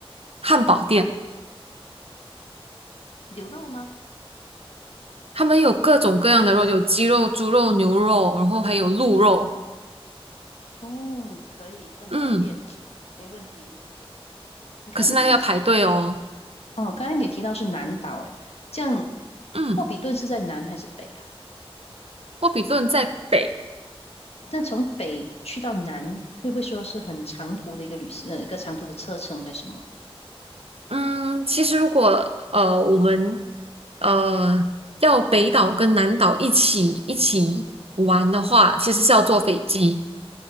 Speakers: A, on the right; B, on the left.
A: 汉堡店
B: 牛肉吗？
A: 他们有各种各样的肉，有鸡肉、猪肉、牛肉，然后还有鹿肉，
B: 哦，可以，汉堡店
A: 嗯，
B: 没问题。你看你有提到，
A: 可是那个要排队哦，
B: 哦，刚才你提到是南岛，哎，这样
A: 嗯，
B: 霍比顿是在南还是北啊？
A: 沃比顿在北。
B: 那从北去到南，会不会说是很长途的一个旅行，呃，一个长途的车程还是什么？
A: 嗯，其实如果呃，我们呃要北岛跟南岛一起一起玩的话，其实是要坐飞机。